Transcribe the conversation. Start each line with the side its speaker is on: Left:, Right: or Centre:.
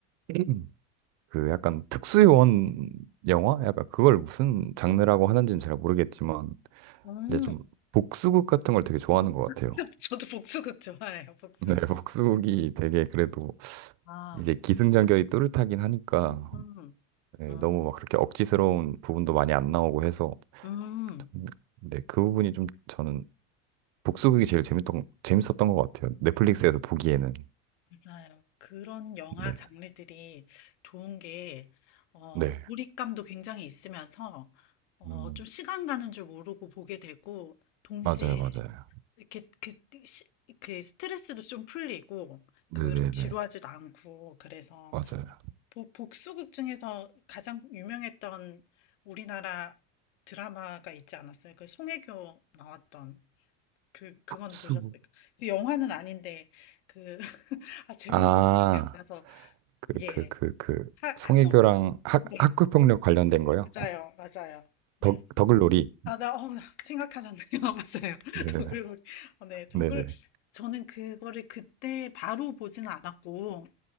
Right: <clears throat> 음, 그 약간 특수요원 영화? 약간 그걸 무슨 장르라고 하는지는 잘 모르겠지만,
Left: 음,
Right: 이제 좀 복수극 같은 걸 되게 좋아하는 것
Left: <laughs>
Right: 같아요.
Left: 저도 복수극 좋아해요, 복수.
Right: 네, <laughs> 복수극이 되게 그래도
Left: 아,
Right: 이제 기승전결이 뚜렷하긴 하니까,
Left: 음,
Right: 네,
Left: 음.
Right: 너무 막 그렇게 억지스러운 부분도 많이 안 나오고 해서
Left: 음.
Right: 좀- 네, 그 부분이 좀 저는 복수극이 제일 재밌던 재밌었던 것 같아요. 넷플릭스에서 보기에는
Left: 맞아요. 그런 영화
Right: 네,
Left: 장르들이 좋은 게, 어,
Right: 네,
Left: 몰입감도 굉장히 있으면서, 어,
Right: 음,
Left: 좀 시간 가는 줄 모르고 보게 되고, 동시에
Right: 맞아요, 맞아요.
Left: 이렇게, 그, 시, 그 스트레스도 좀 풀리고,
Right: 네,
Left: 그,
Right: 네,
Left: 지루하지도
Right: 네,
Left: 않고, 그래서,
Right: 맞아요.
Left: 복, 복수극 중에서 가장 유명했던 우리나라 드라마가 있지 않았어요? 그 송혜교 나왔던, 그, 그건
Right: 복수극
Left: 보셨어요? 그 영화는 아닌데, 그, 아, 제목이
Right: 아,
Left: 기억이 안 나서,
Right: 그,
Left: 예.
Right: 그, 그, 그
Left: 하,
Right: 송혜교랑
Left: 학교,
Right: 학
Left: 네.
Right: 학교폭력 관련된 거요?
Left: 맞아요, 맞아요. 네.
Right: 더 더글로리.
Left: 아, 나, 어, 나 생각하셨네요. <laughs> 맞아요.
Right: 네,
Left: 더글로리.
Right: 네,
Left: 어, 네, 더글.
Right: 네, 네,
Left: 저는 그거를 그때 바로 보지는 않았고,